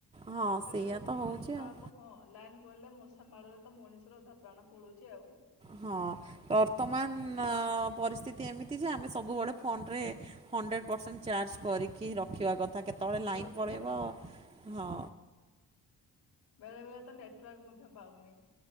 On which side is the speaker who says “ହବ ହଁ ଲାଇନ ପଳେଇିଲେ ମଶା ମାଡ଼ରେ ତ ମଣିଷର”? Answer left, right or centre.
Left